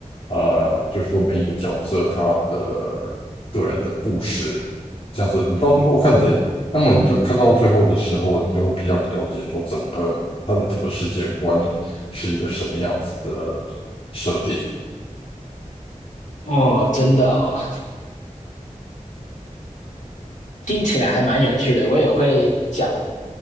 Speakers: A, on the left; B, on the left.
A: 呃，就是说每一个角色他的个人的故事，这样子你到最后看起来，那么你就看到最后的时候，你就会比较了解说整个他的整个世界观是一个什么样子的设定。
B: 哦，真的哦。听起来还蛮有趣的，我也会讲